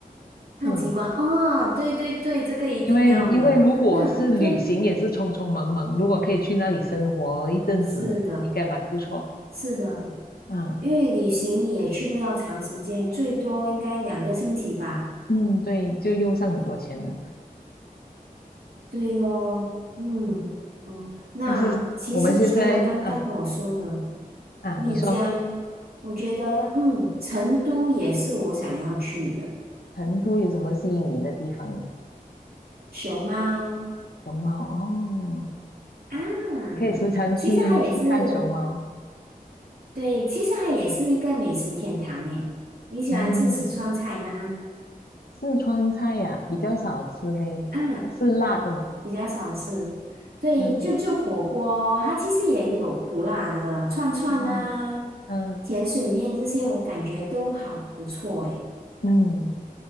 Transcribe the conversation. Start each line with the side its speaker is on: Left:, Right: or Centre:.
Right: 看极光。
Left: 嗯。
Right: 哦，对对对，这个一定要的。
Left: 因为因为如果是旅行也是匆匆忙忙，
Right: 那分，
Left: 如果可以去那里生活一阵子，
Right: 是的，
Left: 应该蛮不错。
Right: 是的，
Left: 嗯，
Right: 因为旅行你也去不了长时间，最多应该两个星期吧。
Left: 嗯，对，就用上很多钱了。
Right: 对咯，嗯嗯。
Left: 嗯，
Right: 那其实除了刚刚我说的
Left: 但是我们现在啊啊，
Right: 丽江，
Left: 你说
Right: 我觉得嗯，成都也是我想要去的。
Left: 成都有什么吸引你的地方
Right: 熊猫，
Left: 熊猫哦，
Right: 嗯，
Left: 可以时常去去看熊猫。
Right: 其实它也是。对，其实它也是一个美食天堂诶。你喜欢吃四川菜吗？
Left: 嗯，四川菜呀、比较少吃嘞，
Right: 啊，
Left: 它是辣的嘛。
Right: 比较少吃。对，
Left: 嗯
Right: 就就火锅，它其实也有不辣的串串啊、
Left: 嗯嗯
Right: 甜水面这些，我感觉都好不错诶。
Left: 嗯，